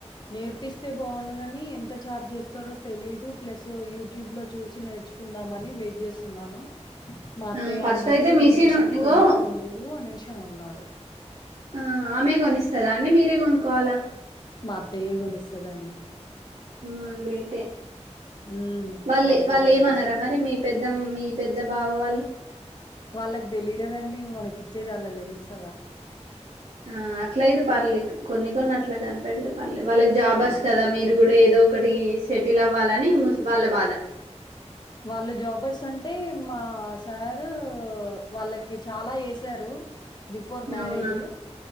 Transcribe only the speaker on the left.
నేర్పిస్తే బాగుండుగాని ఎంత ఛార్జ్ చేస్తారో తెలీదు ప్లస్ యూట్యూబ్ లో చూసి నేర్చుకో కొందామని వెయిట్ చేస్తున్నాను మా అత్తయ్య
అన్నారు
మిషిన్
కొనుక్కుందువు అనేసి అన్నారు
మా అత్తయ్యే కొనిస్తాదండి.
హ్మ్.
మా అత్తయ్యే
గొనిస్తది.
వాళ్ళకి తెలియదు కాదండి మనకి ఇచ్చేది వాళ్ళకి తెలుస్తాద
ఆ!
వాళ్ళు జాబర్స్ అంటే మా సారు వాళ్ళకి చాలా చేసారు బిఫోర్ మ్యారేజ్